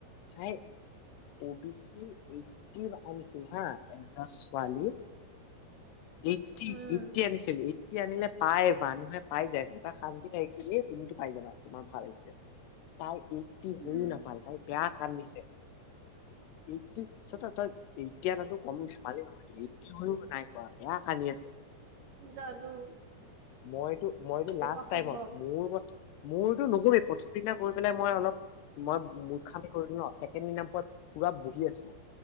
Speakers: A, on the left; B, on the right.
A: ভাই অ বি চি এইটিভ আনিছিল হা এজা ছোৱালীয়ে। এটি
B: উম,
A: এটি আনিছিল এটিয়া আনিলে পায় মানুহে। পাই যায় এটা খাম। থাকে কি এ তুমিতো পাই যাবা। তোমাৰ ভাল লাগিছে তাই। এটটি হৈয়ও
B: উম,
A: নাপালে তাই বেয়া। কান্দিছে। এইটটি পিছত তই এতিয়া এ তাতো কম ধেমালি নহয়ত এইটটি হৈও নাই পোৱা বেয়া কানি আছে।
B: জানোঁ।
A: মইতো মইতো লাষ্ট
B: অসম্ভৱ
A: টাইমত মোৰ কথা। মোৰতো নকবি প্ৰথম দিনা গৈ পেলাই মই অলপ মই মুৰ্খামি কৰিলোঁ ন ছেকেণ্ড দিনা মই পুৰা বহি আছোঁ